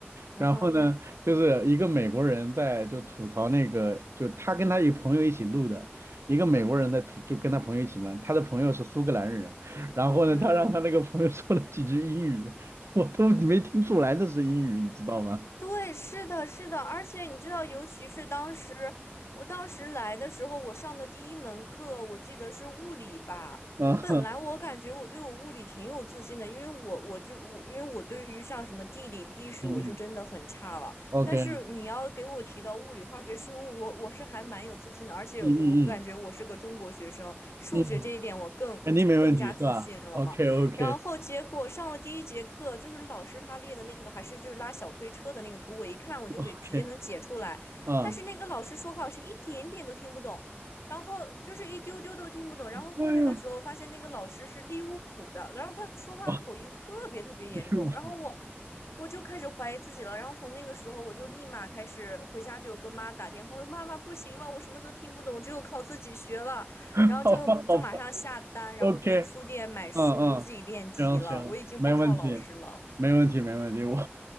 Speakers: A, on the left; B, on the right.
A: 嗯哼，
B: 然后呢，就是一个美国人在就吐槽那个，就他跟他一朋友一起录的，一个美国人在吐，就跟他朋友一起嘛，他的朋友是苏格兰人，然后呢，
A: 嗯。
B: 他让他那个朋友说了几句英语，我都没听出来那是英语，你知道吗？
A: 对，是的，是的，而且你知道，尤其是当时，我当时来的时候，我上的第一门课，我记得是物理吧。
B: 啊，
A: 我本来我感觉我对我物理挺有自信的，因为我我就我因为我对于像什么地理、历史，
B: <laughs> 嗯嗯
A: 我是真的很差了。
B: ，OK，
A: 但是你要给我提到物理、
B: 嗯
A: 化学、生物，我我是还蛮有自信的，而且我感觉我是个中国学生，
B: 嗯
A: 数学这一点我更
B: 嗯嗯，肯定没问题是吧？OK
A: <tsk> 更加自信了嘛。
B: OK
A: 然后结果上了第一节课，就是老师他列的那个还是就是拉小推车的那个图，我一看我就给直接能解出来，
B: OK，啊，
A: 但是那个老师说话我是一点点都听不懂。然后就是一丢丢都听不懂，然后后面的时候发现那个老师是利物浦的，
B: 哎呦，
A: 然后他说话口音特别特别严重，
B: <laughs> 啊，离谱，
A: 然后我我就开始怀疑自己了，然后从那个时候我就立马开始回家就跟妈打电话，我说妈妈不行了，我什么都听不懂，只有靠自己学了。
B: <laughs>
A: 然后就就马上下单，
B: 好吧好吧
A: 然后就去书店买书，
B: ，OK。嗯嗯，
A: 就自己练题了。
B: 行行，
A: 我已经不靠老师了，
B: 没问题，没问题，没问题。我